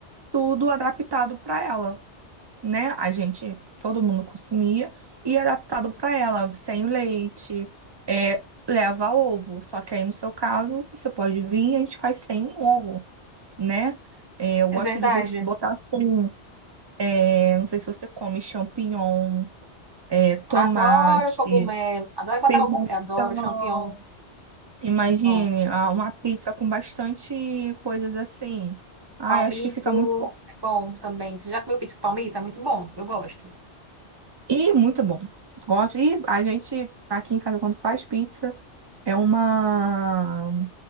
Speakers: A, on the right; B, on the right.
A: tudo adaptado para ela. né? A gente, todo mundo consumia, e é adaptado para ela, sem leite, é, leva ovo. Só que aí, no seu caso, você pode vir e a gente faz sem ovo, né? É, eu
B: é
A: gosto
B: verdade.
A: de bos- botar assim, é, não sei se você come champignon, é, tomate,
B: Adoro cogumelo, adoro botar
A: pimentão.
B: cogumelo, adoro champignon,
A: Imagine,
B: bom.
A: ah, uma pizza com bastante coisas assim. Ai,
B: Palmito
A: acho que fica muito bom.
B: é bom também. Você já comeu pizza com palmito? É muito bom, eu gosto.
A: E muito bom. Gosto. E a gente, aqui em casa, quando faz pizza, é uma